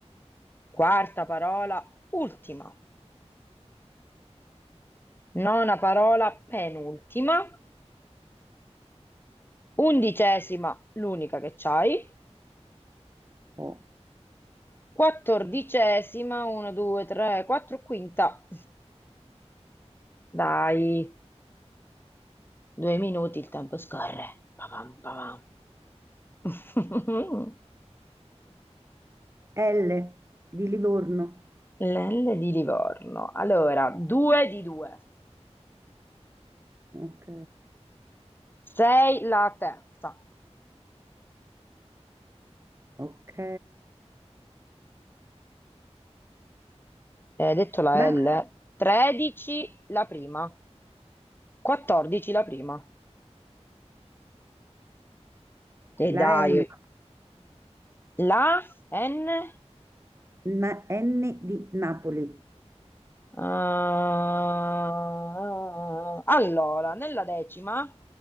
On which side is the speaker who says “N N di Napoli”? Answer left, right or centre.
Right